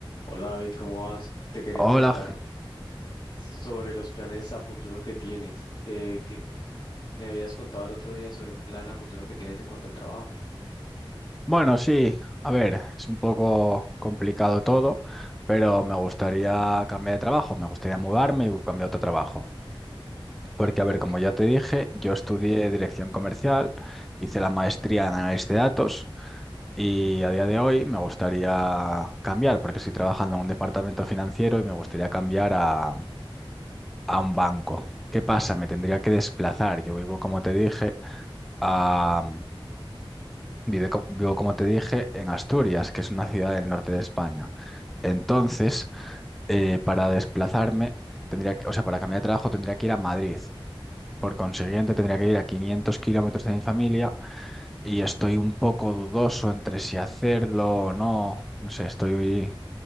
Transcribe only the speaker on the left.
Hola David, ¿cómo vas? Te quería
preguntar sobre los planes a futuro que tienes, que, que me habías contado el otro día sobre un plan a futuro que tienes en cuanto al trabajo.
Ok.